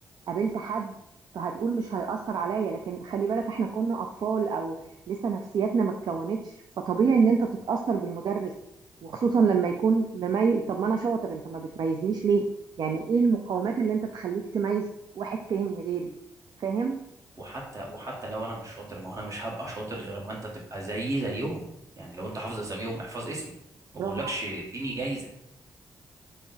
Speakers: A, on the right (about 60°); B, on the right (about 40°).
A: قابلت حد فهتقول مش هيأثر عليا لكن خلي بالك احنا كنا أطفال أو لسه نفسياتنا ما اتكونتش فطبيعي إن أنت تتأثر بالمدرس وخصوصا لما يكون مميز طب ما أنا شاطر أنت ما بتميزنيش ليه؟ يعني إيه المقاومات اللي أنت تخليك تميز واحد تاني غيري؟ فاهم؟
B: وحتى وحتى لو انا مش شاطر ما هو انا مش هبقى شاطر غير اما انت تبقى زيي زيهم يعني لو انت حافظ اساميهم احفظ اسمي
A: برافو
B: ما بقولكش
A: عليك
B: اديني جايزه